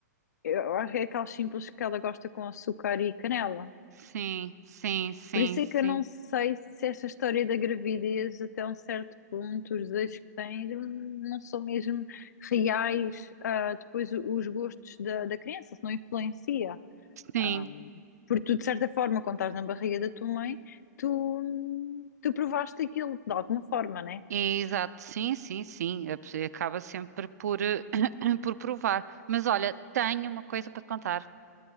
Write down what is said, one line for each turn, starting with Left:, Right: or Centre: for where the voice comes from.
Left: eu acho que é aquelas simples que ela gosta com açúcar e canela.
Right: Sim, sim, sim,
Left: Por isso
Right: sim.
Left: é que eu não sei se esta história da gravidez, até um certo ponto, os desejos que tens hum, não são mesmo reais, ah, depois o- os gostos da, da criança, se não influencia.
Right: Sim.
Left: Ah, porque tu, de certa forma, quando estás na barriga da tua mãe, tu, hum, tu provaste aquilo de alguma forma, né?
Right: Exato, sim, sim, sim. A pessoa Acaba sempre por, eh, <clears throat> por provar. Mas olha, tenho uma coisa para te contar.